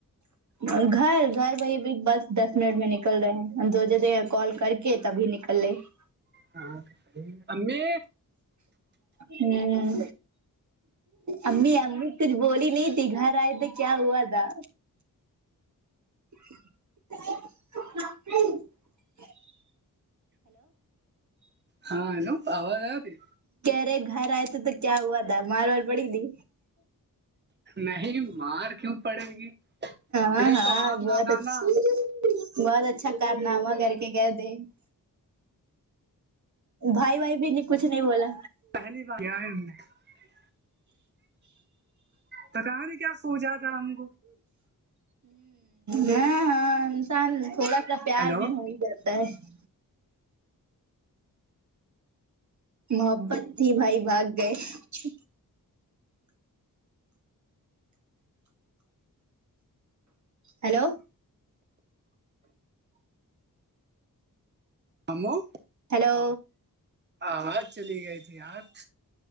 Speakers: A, on the right (about 55°); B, on the right (about 30°).
A: اور گھر گھر بائی <unintelligible> بس دس منٹ میں نکل رہے ہیں ہم دو ج کال کر کے تبھی نکل لے <unintelligible>
B: ہاں امی
A: ہوں امی امی کچھ بولی نہیں تھی گھر آئے تھے کیا ہوا تھا <inaudible>
B: ہاں ہیلو <inaudible> آ رہی
A: کہرے گھر آئے تھے تو کیا ہوا تھا ماروار پڑی تھی
B: نہیں مار کیوں پڑے گی
A: ہاں
B: ایک
A: ہاں
B: کباب
A: بہت
B: نہ کھانا
A: اچھا
B: ہم
A: بہت اچھا کارنامہ کر کے کہ د <unintelligible> بھائی بھائی بھی کچھ نہیں بولا
B: پہلی بار کیا ہے ان نے <unintelligible> پ کہ نے کیا سوچا تھا ہم کو <inaudible>
A: ہاں ہاں انسان تھوڑا سا پیار
B: ہیلو
A: میں ہو ہی جاتا تا ہے <unintelligible> محبتی بھائی باگ گئے <unintelligible> ہیلو
B: ہممو <unintelligible>
A: ہلو
B: آواز چلی گئی تھی آج